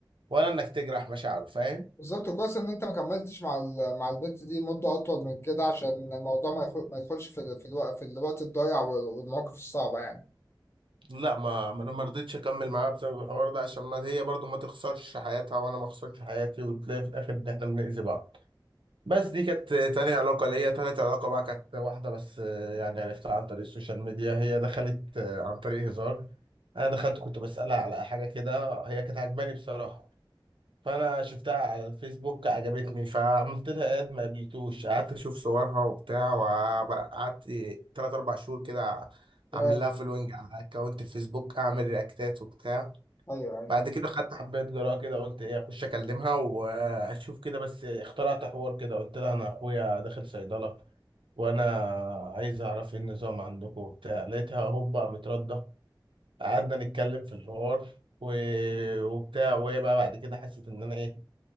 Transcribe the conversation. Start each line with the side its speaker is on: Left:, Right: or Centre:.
Right: ولا انك تجرح مشاعره فاهم
Left: بالظبط كويس ان انت ما كملتش مع ال- مع البنت دي مده اطول من كده عشان الموضوع ما يخل- ما يدخلش في ال- في الوقت في الوقت الضايع وال- والمواقف الصعبه يعني
Right: لا ما ما انا ما رضيتش اكمل معاها بسبب الحوار ده عشان ما هي برضو ما تخسرش حياتها وانا ما اخسرش حياتي وتلاقي في الاخر ان احنا بنأذي بعض بس دي كانت تاني علاقة ليا تالت علاقة بقى كانت واحدة بس آه، يعني عرفتها عن طريق السوشيال ميديا هي دخلت آه، عن طريق هزار أنا دخلت كنت بسألها على حاجة كده هي كانت عجباني بصراحة فأنا شفتها على الفيسبوك عجبتني فعملت لها إد ما قبلتوش قعدت أشوف صورها وبتاع وقعدت تلات أربع شهور كده
Left: يا-
Right: أعمل لها فولوينج على أكونت الفيسبوك أعمل رياكتات وبتاع
Left: ايوه ايوه
Right: بعد كده خدت حبايه جرعه كده قلت ايه اخش اكلمها واشوف كده بس اخترعت حوار كده قلت لها انا اخويا داخل صيدله وانا عايز اعرف ايه النظام عندكم وبتاع لقيتها هوبا متردة قعدنا نتكلم في الحوار و... وبتاع وهي بقى بعد كده حست ان انا ايه